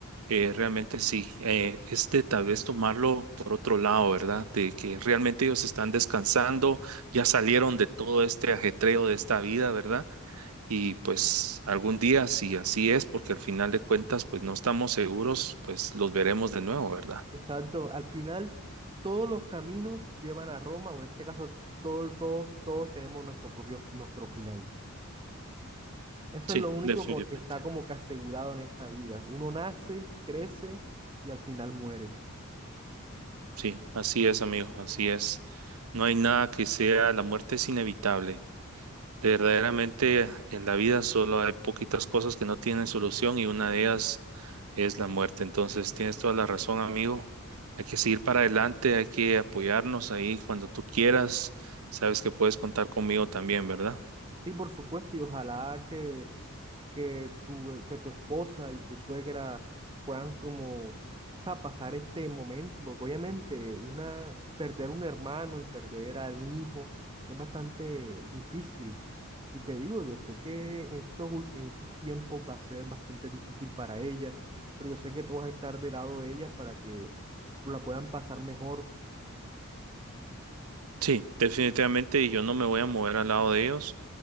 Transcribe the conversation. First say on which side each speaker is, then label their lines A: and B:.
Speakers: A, on the right; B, on the right.
A: eh, realmente sí, eh, es de tal vez tomarlo por otro lado, ¿verdad? De que realmente ellos están descansando ya salieron de todo este ajetreo de esta vida, ¿verdad? Y pues algún día, si así es, porque al final de cuentas, pues no estamos seguros, pues los veremos de nuevo, ¿verdad?
B: Exacto. Al final, todos los caminos llevan a Roma, o en este caso, todo- todos, todos tenemos nuestro propio, nuestro final. Eso
A: Sí,
B: es lo único
A: definitivamente.
B: como que está como que asegurado en esta vida. Uno nace, crece y al final muere.
A: Sí, así es, amigo, así es. No hay nada que sea, la muerte es inevitable. Verdaderamente en la vida solo hay poquitas cosas que no tienen solución y una de ellas es la muerte. Entonces tienes toda la razón, amigo. Hay que seguir para adelante, hay que apoyarnos ahí cuando tú quieras. Sabes que puedes contar conmigo también, ¿verdad?
B: Sí, por supuesto, y ojalá que que tu, eh, que tu esposa y tu suegra puedan como, o sea, pasar este momento, porque obviamente una, perder un hermano y perder a un hijo es bastante difícil. Y te digo, yo sé que en estos, ult- en estos tiempos va a ser bastante difícil para ella, pero yo sé que tú vas a estar del lado de ellas para que la puedan pasar mejor.
A: Sí, definitivamente y yo no me voy a mover al lado de ellos.